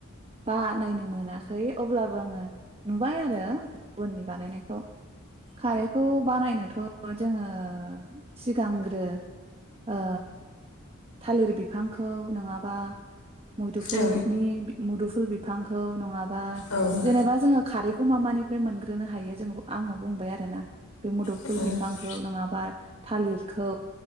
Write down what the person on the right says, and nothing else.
बानायनो मोनाखै अब्लाबो आङो नुबाय आरो गुबुननि बानायनायखौ। खारैखौ बानायनोथ‌ जोङो सिगांग्रो ओ थालिर बिफांखौ नङाबा मुदुफुलनि
मुदुफुल बिफांखौ नङाब्ला- बा
जेनेबा जोङो खारैखौ मा मानिफ्राय मोनग्रोनो हायो जों आङो बुंबाय आरो। दाना बे मुदुफुल
बिफांखौ नङाबा थालिरखौ